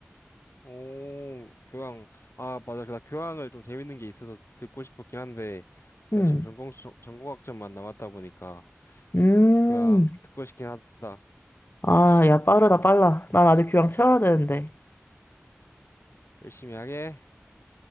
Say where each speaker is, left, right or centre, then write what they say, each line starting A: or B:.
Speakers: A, on the left (about 70°); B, on the left (about 55°).
A: 오, 교양. 아, 맞아. 나 교양을 좀 재밌는 게 있어서 듣고 싶었긴 한데, 내가
B: 응.
A: 지금 전공, 수- 전공학점만 남았다 보니까,
B: 음.
A: 교양 듣고 싶긴 하다.
B: 아, 야, 빠르다, 빨라. 난 아직 교양 채워야 되는데.
A: 열심히 하게.